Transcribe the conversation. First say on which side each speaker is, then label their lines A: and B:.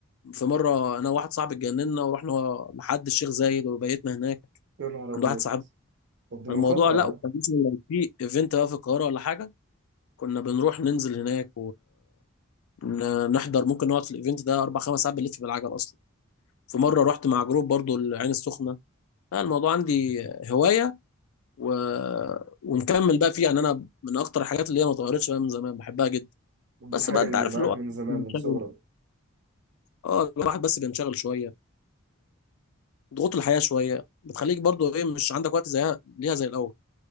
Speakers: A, on the left (about 80°); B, on the right (about 55°).
A: في مره انا وواحد صاحبي اتجننا ورحنا لحد الشيخ زايد وبيتنا هناك
B: يا نهار
A: عند
B: أبيض
A: واحد صاحبنا
B: طب دي
A: الموضوع
B: مخاطرة
A: لا
B: يعني
A: وكان مثلا لو في ايفنت بقى في القاهره ولا حاجه كنا بنروح ننزل هناك ونحضر ممكن نقعد في الايفنت ده اربع خمس ساعات بنلف بالعجل اصلا في مره رحت مع جروب برضو العين السخنه لا الموضوع عندي هوايه و... ونكمل بقى فيه يعني انا من اكتر الحاجات اللي هي ما اتغيرتش بقى من زمان بحبها جدا
B: دي
A: بس
B: الحاجة
A: بقى انت
B: اللي
A: عارف
B: معاك
A: اللي هو
B: من زمان
A: بينشغل
B: من صغرك
A: اه الواحد بس بينشغل شويه ضغوط الحياه شويه بتخليك برضو ايه مش عندك وقت زيها ليها زي الاول